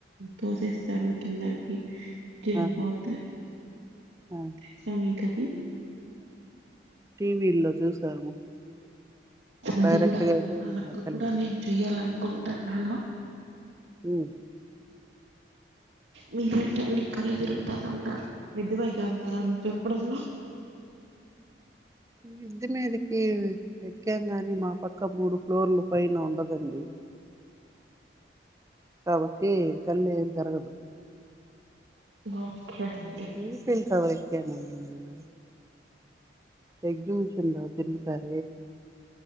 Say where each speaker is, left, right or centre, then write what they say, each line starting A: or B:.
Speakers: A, on the right; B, on the right.
A: తోసేస్తారు కిందకి జంప్
B: ఆ
A: అవుతారు
B: ఆ!
A: తెలుసా మీకది
B: టీవీలో చూసాము
A: అది
B: డైరెక్ట్
A: కూడా
B: గా అయితే
A: అలాగ
B: నేను ఎక్కలేదు
A: కూడా నేను చెయ్యాలనుకుంటున్నాను
B: ఉ
A: మీరేంట నీ కళ తిరుగుతదంట మిద్ది పైకి వెళ్తారా మీరు ఎప్పుడన్నా
B: మిద్ది మీదకి ఎక్కాం గాని మా పక్క మూడు ఫ్లోర్లు పైన ఉండదు కండి కాబట్టి కళ్లు ఏం తిరగదు
A: ఓకే అండి
B: ఈఫిల్ టవర్ ఎక్కానండి నేను ఎగ్జిబిషన్ లో తిరుగుతార